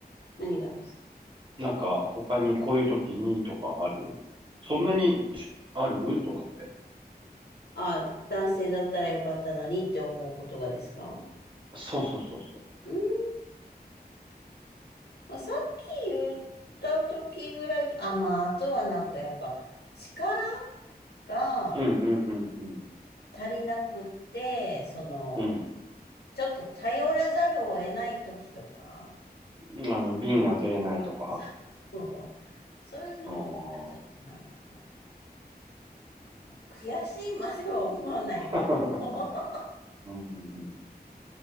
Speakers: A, on the left; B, on the right.
A: 何がですか
B: なんか、他にこういう時にとかあるそんなにしあると思って。
A: あ、男性だったらよかったのにって思うことがですか
B: そうそうそうそ
A: うん、まあ、さっき言った時ぐらい、あ、まあ、あとはなんかやっぱ力が
B: う。うんうんうんうん。
A: 足りなくって、その、
B: うん。
A: ちょっと頼らざるを得ない時とか、
B: うんあの、瓶開けれないとか
A: 迫力とかそうそういうのを、
B: ああー
A: ちょっとなんか、まあ悔しいまでは思わないけど、
B: <laughs>
A: <laughs>
B: うんうん